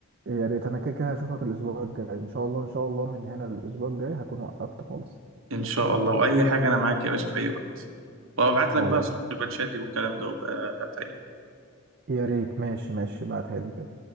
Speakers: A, on the right; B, on the right.
A: يا ريت أنا كده كده هشوفك الأسبوع الجاي إن شاء الله إن شاء الله من هنا للأسبوع الجاي هكون وقفت خالص
B: ان شاء الله واي حاجه انا معاك يا باشا في اي وقت وابعت
A: خلاص
B: لك بقى صور الباتشات دي والكلام ده وبقى هتعمل
A: يا ريت ماشي ماشي بعتها لي كده